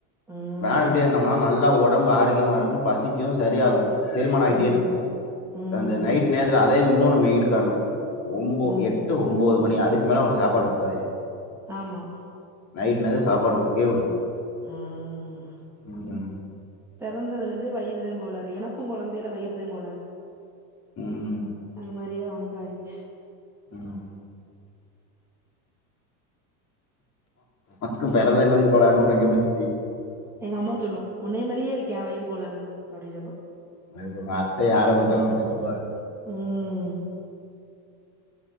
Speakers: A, in the centre; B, on the left.
A: ம்,
B: வெளாண்டுட்டே இருந்தோம்னா நல்லா ஓ டம்பு ஆரோக்கியமா இருக்கும் பசிக்கு சரியாகு செரிமான ஆயிட்டே
A: ம்,
B: இருக்கு
A: ம்,
B: அந்த நைட் நேரத்துல அ அதே இன்னோனு மெயின் காரணம் ஒம்போ
A: ம்.
B: எட்டு ஒன்பது மணி அதுக்கு மேல அவனுக்கு சாப்பாடு குடுக்காதிங்க
A: ஆமா
B: நைட் நேரத்துல சாப்பாடு குடுக்கவே கூடாது
A: ம்
B: ம்,
A: பிறந்ததுல இருந்தே வயிறு கோளாறு எனக்கும் குழந்தையில வயிறுதா கோளாறு
B: ம்,
A: அந்த மாரி நெறைய அவனுக்கு ஆயிடுச்சு
B: ம் மக்கு பிறந்ததுல இருந்து கோளாறுன்னு உனக்கு எப்டி தெரி
A: எங்க அம்மா சொல்லும் உன்னைய மாரியே இருக்கியா வயிறு கோளாறு அப்டி சொல்லும்
B: எங்க அத்தை யார பாத்தாலும் அப்படிதா சொல்லுவாங்க
A: ம்